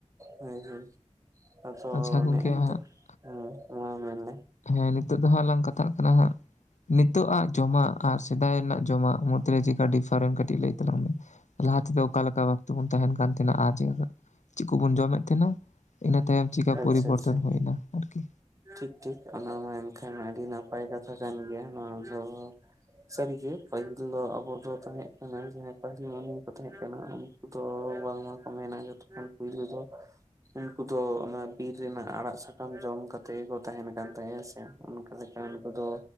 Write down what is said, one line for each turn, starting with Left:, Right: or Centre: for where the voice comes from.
Right: ᱦᱟᱹᱭ ᱦᱟᱹᱭ ᱟᱫᱚ
Left: ᱟᱪᱪᱷᱟ ᱜᱚᱝᱠᱮ
Right: ᱱᱮᱜᱼᱮ
Left: ᱦᱟᱸᱜ
Right: ᱱᱮᱛᱟᱨ ᱦᱮᱸ ᱢᱟ ᱢᱮᱱ ᱢᱮ᱾
Left: ᱦᱮᱸ ᱱᱤᱛᱚᱜ ᱫᱚ ᱦᱟᱸᱜ ᱞᱟᱝ ᱠᱟᱛᱷᱟᱜ ᱠᱟᱱᱟ ᱦᱟᱸᱜ, ᱱᱤᱛᱚᱜ ᱟᱜ ᱡᱚᱢᱟᱜ ᱟᱨ ᱥᱮᱫᱟᱭ ᱨᱮᱱᱟᱜ ᱡᱚᱢᱟᱜ ᱢᱩᱫᱽ ᱨᱮ ᱪᱮᱜᱼᱠᱟ ᱰᱤᱯᱷᱟᱨᱮᱱᱴ ᱠᱟᱹᱴᱤᱡ ᱞᱟᱹᱭ ᱛᱟᱞᱟᱝ ᱢᱮ? ᱞᱟᱦᱟ ᱛᱮᱫᱚ ᱚᱠᱟ ᱞᱮᱠᱟ ᱵᱷᱟᱵᱛᱮ ᱵᱚᱱ ᱛᱟᱦᱮᱱ ᱠᱟᱱ ᱛᱟᱦᱮᱸᱱᱟ ᱟᱨ <unintelligible> ᱪᱤᱜ ᱠᱚᱵᱩᱱ ᱡᱚᱢᱮᱫ ᱛᱮᱱᱟᱝ ᱤᱱᱟᱹ ᱛᱟᱭᱚᱢ ᱪᱤᱠᱟ
Right: ᱟᱪᱪᱷᱟ
Left: ᱯᱚᱨᱤᱵᱚᱨᱛᱚᱱ
Right: ᱟᱪᱪᱷᱟ᱾
Left: ᱦᱩᱭᱱᱟ ᱟᱨᱠᱤ
Right: ᱴᱷᱤᱠ ᱴᱷᱤᱠ ᱚᱱᱟ ᱢᱟ ᱮᱱᱠᱷᱟᱱ ᱟᱹᱰᱤ ᱱᱟᱯᱟᱭ ᱠᱟᱛᱷᱟ ᱠᱟᱱ ᱜᱮᱭᱟ ᱱᱚᱣᱟ ᱫᱚ᱾ ᱥᱟᱹᱨᱤᱜᱮ ᱯᱟᱹᱦᱤᱞ ᱫᱚ ᱟᱵᱚ ᱫᱚ ᱛᱟᱦᱮᱸᱜ ᱠᱟᱱᱟ ᱡᱟᱦᱟᱸᱭ ᱯᱟᱹᱦᱤᱞ ᱢᱟᱹᱱᱢᱤᱠᱚ ᱛᱟᱦᱮᱸᱜ ᱠᱟᱱᱟ ᱠᱩ ᱫᱚ ᱵᱟᱝᱢᱟ ᱠᱚ ᱢᱮᱱᱟ ᱡᱚᱛᱚᱠᱷᱚᱱ ᱯᱩᱭᱞᱩ ᱫᱚ, ᱩᱱᱠᱩ ᱫᱚ ᱚᱱᱟ ᱵᱤᱨ ᱨᱮᱱᱟᱜ ᱟᱲᱟᱜ ᱥᱟᱠᱟᱢ ᱡᱚᱢ ᱠᱟᱛ ᱛᱮᱜᱮ ᱠᱚ ᱛᱟᱦᱮᱱ ᱠᱟᱱ ᱛᱟᱦᱮᱸ-ᱟ ᱦᱮᱸ ᱥᱮ ᱚᱱᱠᱟ ᱞᱮᱠᱟ ᱩᱱᱠᱩ ᱫᱚ